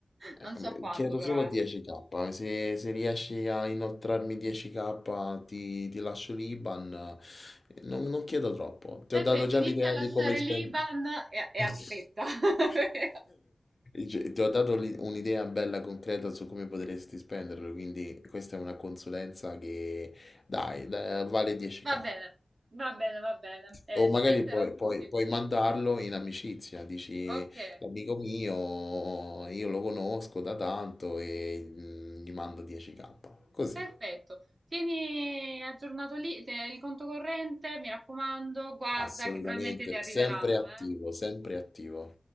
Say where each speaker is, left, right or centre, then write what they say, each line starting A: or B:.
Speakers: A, on the left; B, on the right.
A: Eh,
B: non so quando
A: chiedo
B: però,
A: solo 10k,
B: eh.
A: se, se riesci a inoltrarmi 10k ti, ti lascio l'IBAN, Eh, non, non chiedo troppo, ti
B: Perfetto,
A: ho dato già
B: inizia
A: l'idea
B: a lasciare
A: di come spendere.
B: l'IBAN e, e
A: <laughs>
B: aspetta. <laughs>
A: Cioè, Ti ho dato l'i- un'idea bella concreta su come potresti spenderlo, quindi questa è una consulenza che dai, da- vale 10k.
B: Va bene, va bene, va bene, Eh,
A: O
B: ci
A: magari
B: penserò
A: puoi,
B: tutti.
A: puoi- puoi mandarlo in amicizia, dici
B: Ok.
A: l'amico mio, io lo conosco da tanto e mm, gli mando 10k. Così,
B: Perfetto, tieni aggiornato lì, te- il conto corrente, mi raccomando, guarda
A: assolutamente,
B: che probabilmente ti arriveranno,
A: sempre
B: eh.
A: attivo, sempre attivo.